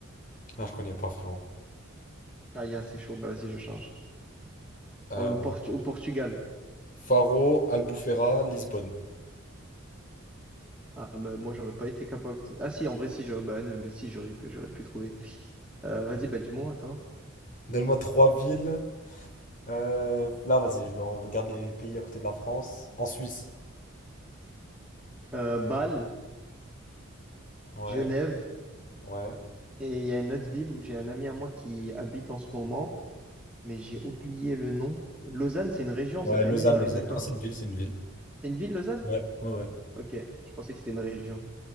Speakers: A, on the left (about 40°); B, in the centre.
A: Ah, je connais pas, frérot.
B: Ah, y'a, c'est chaud. Bah, vas-y, je change.
A: Euh,
B: En Portu- au Portugal.
A: Faro, Albufeira, Lisbonne.
B: Ah, mais moi, j'aurais pas été capable de... Ah si, en vrai, si, j'aurais bah, non, mais si, j'aurais pu- j'aurais pu trouver. Euh, vas-y, bah dis-moi, toi.
A: Donne-moi trois villes. Euh, là, vas-y, je vais- on regarde les pays à côté de la France. En Suisse.
B: Euh, Bâle,
A: Ouais,
B: Genève,
A: ouais.
B: et il y a une autre ville où j'ai un ami à moi qui habite en ce moment, mais j'ai oublié le nom. Lausanne, c'est une région,
A: Ouais,
B: c'est pas
A: Lausanne,
B: une ville, on
A: Lausanne.
B: est d'accord.
A: Non, c'est une ville, c'est une ville.
B: C'est une ville, Lausanne?
A: Ouais, ouais, ouais.
B: Ok, je pensais que c'était une région.